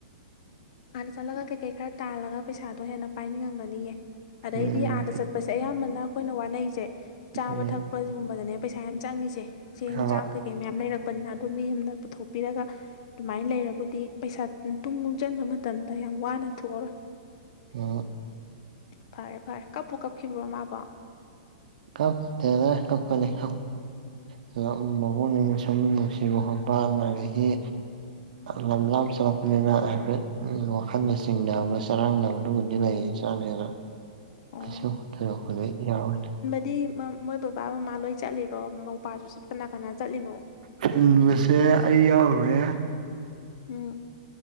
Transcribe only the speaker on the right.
ꯎꯝ
ꯎꯝ
ꯍꯣꯏ
ꯑ
ꯀꯞ ꯇ ꯀꯄ ꯂꯩ ꯀꯦ ꯃꯄꯛꯅꯤꯡ ꯁꯨꯝ ꯅꯨꯡꯁꯤꯕ ꯈꯣꯠꯄ ꯑꯗꯒꯤ ꯂꯝ ꯂꯥꯞ ꯆꯠꯂꯛꯄ ꯑꯗꯨꯅ ꯍꯥꯏꯐꯦꯠ ꯋꯥꯈꯜꯗ ꯆꯤꯡꯅꯕ ꯆꯔꯥꯡꯅꯕꯗꯨꯕꯨꯗꯤ ꯂꯩ ꯏꯆꯥꯅꯤꯅ
ꯀꯩꯁ ꯌꯥ ꯋꯥꯦ
ꯊꯤꯟꯕꯁꯦ ꯑꯩ ꯌꯥꯎꯨꯔꯦ